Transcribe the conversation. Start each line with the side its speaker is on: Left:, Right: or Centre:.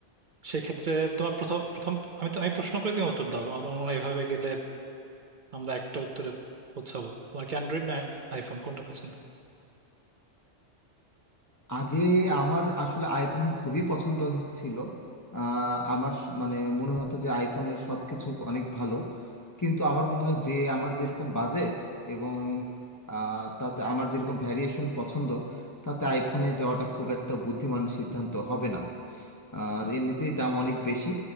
Right: সেই ক্ষেত্রে তোমার প্রথম প্রথম আমি তো আমি প্রশ্ন করে তুমি উত্তর দাও আমার মনে হয় এভাবে গেলে আমরা একটা উত্তরে পৌঁছাবো তোমার কি অ্যান্ড্রয়েড না আইফোন কোনটা পছন্দ
Left: আগে আমার আসলে আইফোন খুবই পছন্দ ছিল আহ, আমার স- মানে মনে হতো যে আইফোনের সব কিছু অনেক ভালো কিন্তু আমার মনে হয় যে আমার যেরকম বাজেট এবং আহ, তাতে আমার যেরকম ভ্যারিয়েশন পছন্দ তাতে আইফোনে যাওয়াটা খুব একটা বুদ্ধিমান সিদ্ধান্ত হবে না আর এমনিতেই দাম অনেক বেশি